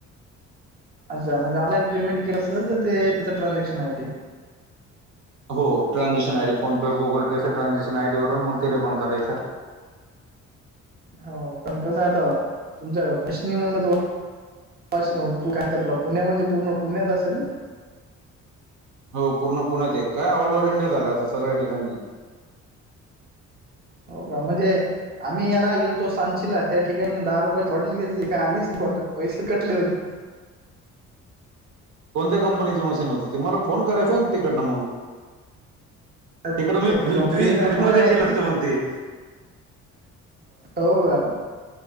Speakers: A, on the right (about 30°); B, on the right (about 70°).
A: अच्छा म्हणजे ऑनलाईन पेमेंट केलं, असेल ते त्याच ट्रान्झॅक्शनय आयडी.
B: हो ट्रान्झॅक्शन आयडी फोन पे, गुगल पे, कस ट्रान्झॅक्शन आयडीवरून मग ते रिफंड करायचं.
A: हो पण कसं आहे आता तुमच्या मशनी म्हणलं तर असं कारण ते आपलं पुण्या, म्हणजे पूर्ण पुण्यात असेल ना.
B: हो पूर्ण पुण्यात आहे काय ऑलओव्हर इंडियात आलं आता सगळ्या ठिकाणी.
A: हो का म्हणजे, आम्ही याला गेलो सांचीला त्या ठिकाणी मग, दहा रुपयाची बॉटल घेतली का आलीच नाही बॉटल पैसे कटले होते.
B: कोणत्या कंपनीची मशीन होती, ती मला फोन करायचं ना तिकडनं मगं.
A: तर
B: तिकडं मी
A: ते कंपनीचं
B: फ्री,
A: नाव
B: फ्री मध्ये
A: नाही माहिती
B: केले असते म्हणते.
A: हो का,